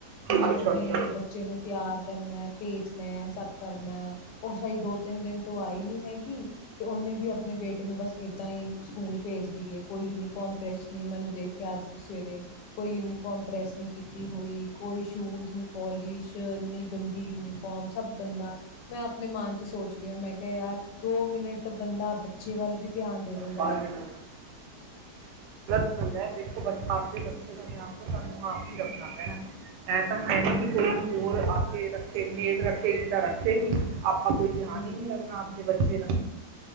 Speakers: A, on the left (about 80°); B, on the right (about 80°).
A: ਮੇੜ
B: ਅੱਛਾ
A: ਨਹੀਂ
B: ਅੱਛਾ
A: ਬੱਚੇ ਨੂੰ ਤਿਆਰ ਕਰਨਾ ਭੇਜਣਾ ਸਭ ਕਰਨਾ ਉਹ ਸ਼ਾਇਦ ਦੋ ਤਿੰਨ ਦਿਨ ਤੋਂ ਆਈ ਨਹੀਂ ਹੈਗੀ ਅਤੇ ਉਹਨੇ ਵੀ ਆਪਣੇ ਬੇਟੇ ਨੂੰ ਬਸ ਇੱਦਾਂ ਹੀ ਸਕੂਲ ਭੇਜ ਰਹੀ ਹੈ, ਕੋਈ ਯੂਨੀਫਾਰਮ ਪ੍ਰੈੱਸ ਨਹੀਂ ਮੈਨੂੰ ਦੇਖਿਆ ਅੱਜ ਵੀ ਸਵੇਰੇ ਕੋਈ ਯੂਨੀਫਾਰਮ ਪ੍ਰੈੱਸ ਨਹੀਂ ਕੋਈ ਸ਼ੂਜ ਨੀ ਪਲਿਸ਼ ਇੰਨੀ ਗੰਦੀ ਯੂਨੀਫਾਰਮ ਸਭ ਗੰਦਾ ਮੈਂ ਆਪਣੇ ਮਨ ਚ ਸੋਚ ਰਹੀ ਹਾਂ ਮੈਂ ਕਿਹਾ ਯਾਰ ਦੋ ਮਿੰਟ ਬੰਦਾ ਬੱਚੇ ਵੱਲ ਵੀ ਧਿਆਨ ਦੇ ਦਿੰਦਾ
B: ਬਾਲ
A: ਆ
B: ਗਾਲ ਐ ਦੇਖੋ ਆਪ ਵੀ ਬੱਚੇ ਦਾ ਧਿਆਨ ਸਾਨੂੰ ਆਪ ਹੀ ਰੱਖਣਾ ਪੈਣਾ ਇਹ ਤਾਂ ਹੈ ਨਹੀਂੀ
A: ਹਾਂਜੀ।
B: ਕਿ ਕੋਈ ਹੋਰ ਆ ਕੇ ਰੱਖੇ ਮੈਡ ਰੱਖ ਰੱਖੇਗੀ ਤਾਂ ਰੱਖੇਗੀ ਆਪਾਂ ਕੋਈ ਧਿਆਨ
A: ਹਾਂ
B: ਹੀ ਨਹੀਂ ਰੱਖਣਾ ਆਪਦੇ ਬੱਚੇ ਦਾ